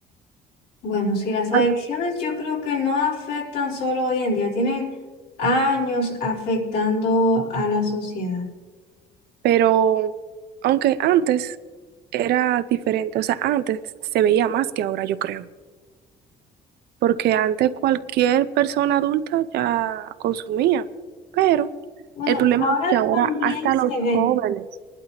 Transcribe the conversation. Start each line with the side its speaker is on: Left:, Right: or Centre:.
Left: Bueno, sí, las adicciones
Right: Ah.
Left: yo creo que no afectan solo hoy en día, tienen años afectando a la sociedad.
Right: Pero aunque antes era diferente, o sea, antes se veía más que ahora, yo creo, porque antes cualquier persona adulta ya consumía, pero
Left: Bueno,
Right: el problema
Left: ahora
Right: es que ahora
Left: también
Right: hasta
Left: se
Right: los
Left: ve,
Right: jóvenes.